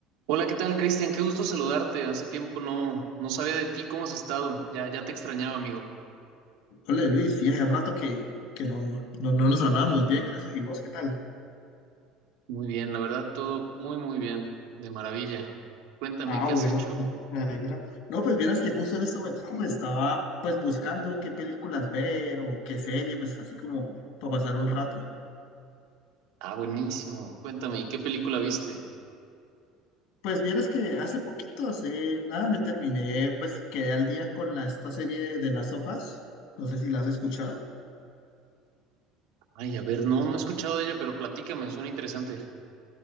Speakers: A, on the right; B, on the left.
A: Hola, ¿qué tal, Cristian? Qué gusto saludarte. Hace tiempo no, no sabía de ti. ¿Cómo has estado? Ya, ya te extrañaba, amigo.
B: Hola Luis, sí, hace rato que, que no, no, no nos hablábamos bien, gracias. ¿Y vos qué tal?
A: Muy bien, la verdad, todo muy, muy bien. De maravilla. Cuéntame,
B: Ah,
A: ¿qué
B: bueno,
A: has hecho?
B: me alegra. No, pues vieras que justo en este momento como estaba pues buscando qué películas ver o qué serie, pues así como para pasar un rato.
A: Ah, buenísimo. Cuéntame, ¿y qué película viste?
B: Pues vieras que hace poquito, hace nada, me terminé, pues quedé al día con la, esta serie de las sofás. No sé si la has escuchado.
A: Ay, a ver, no, no he escuchado de ella, pero platícame, suena interesante.